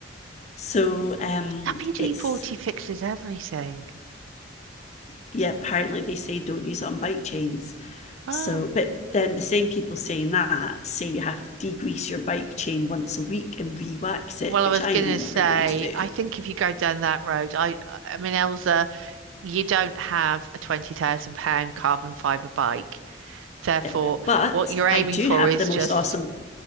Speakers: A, on the left (about 35°); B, on the right (about 80°).
A: so um,
B: WD-40
A: it's
B: fixes everything.
A: yeah apparently they say don't use it on bike chains
B: Oh.
A: so but then the same people saying that say you have to degrease your bike chain once a week and re-wax
B: Well,
A: it
B: I
A: which
B: was
A: i
B: gonna
A: am never
B: say,
A: going to do
B: I think if you go down that road, I, I mean, Elsa, you don't have a twenty thousand pound carbon fiber bike. Therefore,
A: no but
B: what you're aiming
A: i do
B: for
A: have
B: is
A: the most
B: just,
A: awesome